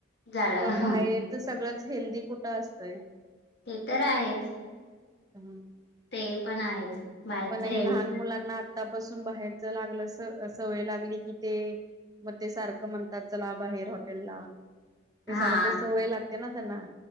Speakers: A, on the left; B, on the right.
A: झालं
B: पण बाहेरच सगळंच हेल्दी कुठं असतंय?
A: ते तर आहेच.
B: हम्म.
A: ते पण आहेच. बाहेरच
B: पण हे
A: हेल्दी
B: लहान मुलांना आतापासून बाहेरच लागलं, स- सवय लागली की ते मग ते सारखं म्हणतात, चला बाहेर हॉटेला. ते
A: हा
B: सारखे सवय लागते ना त्यांना.